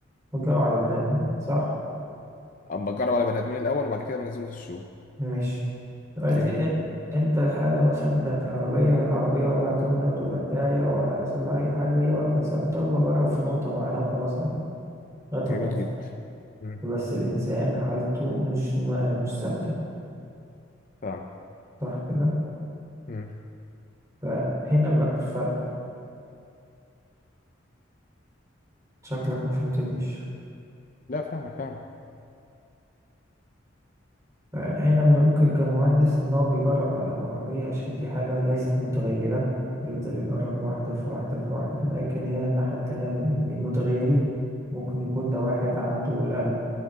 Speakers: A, on the right; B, on the left.
A: وتجرب على بني آدمين صح؟
B: أما أجرب على بني آدمين الأول وبعد كده بنزله في السوق
A: مش دلوقتي
B: جميل
A: إ- انت الحالة مثلا بتاعة العربية هي العربية ولا هتمرض ولا هتعيا ولا هيحصل لها أي حاجة هي واقفة ثابتة وبجرب في نقطة معينة وخلاص عادي لغاية
B: جميل
A: ما أوصل
B: جدا مم.
A: بس الإنسان حالته مش ما مش ثابتة
B: فاهم
A: صح كده
B: مم.
A: فهنا بقى الفرق شكلك ما فهمتنيش
B: لا فاهمك فاهم
A: فهنا ممكن كمهندس إن هو بيجرب على العربية عشان دي حاجة ليست متغيرة يفضل يجرب واحدة في واحدة في واحدة لكن هنا الناحية التانية بني آدمين متغيرين ممكن يكون ده واحد عنده القلب